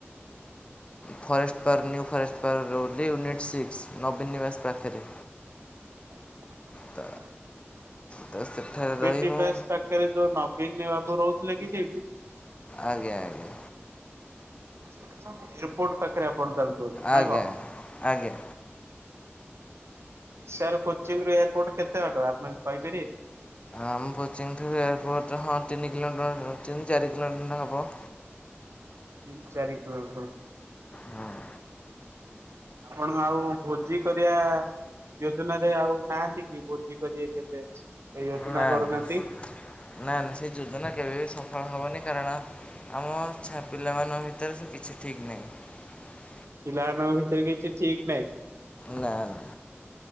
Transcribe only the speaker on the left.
forest park new forest park ରେ ରହୁଚି ୟୁନିଟ୍ ସିକ୍ସ ନବୀନ ନିବାସ ପାଖରେ।
ତ ତ ସେଠାରେ
ରହି
ମୁଁ
ଆଜ୍ଞା ଆଜ୍ଞା।
ଆଜ୍ଞା
ଆଜ୍ଞା।
ଆମ କୋଚିଂଠୁ ଏୟାରପୋଟ ହଁ ତିନି କିଲୋମିଟର ତିନି ଚାରି କିଲୋମିଟର ହବ।
ହଁ।
ନା
ନା ନା ନା ସେ ଯୋଜନା କେବେ ବି ସଫଳ ହବନି, କାରଣ ଆମ ଛା ପିଲାମାନଙ୍କ ଭିତରେ ତ କିଛି ଠିକ୍ ନାହିଁ।
ନା ନା।